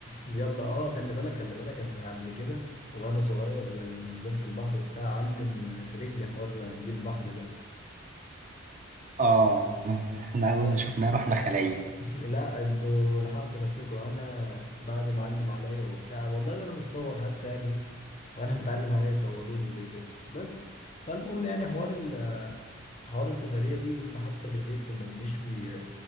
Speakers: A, on the left; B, on the right.
A: يلا اه خلي بالك خلي بالك انا قبل كده وانا صغير لما نزلت البحر وبتاع علم في رجلي حوار قنديل البحر
B: اه <laughs> احنا أول
A: ده
B: ما شفناه رحنا خلايين
A: لا انتوا لحقتوا نفسكم انا بعد ما علم عليا وبتاع والله ده انا متصور حتى يعني وانا متعلم عليا صوروني زي كده بس فالمهم يعني حوار ال حوار السفرية دي كنا حتى بالليل كنا بنشوي